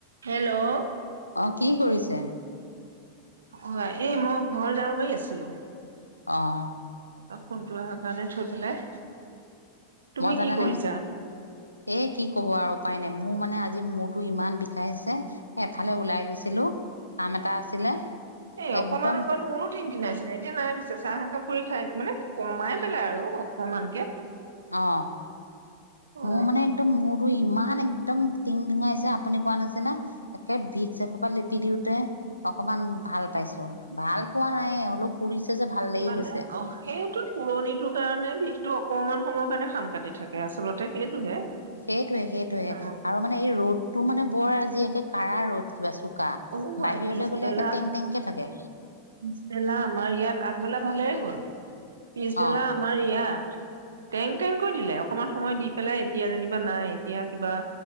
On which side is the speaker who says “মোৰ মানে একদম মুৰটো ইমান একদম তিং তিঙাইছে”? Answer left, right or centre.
Left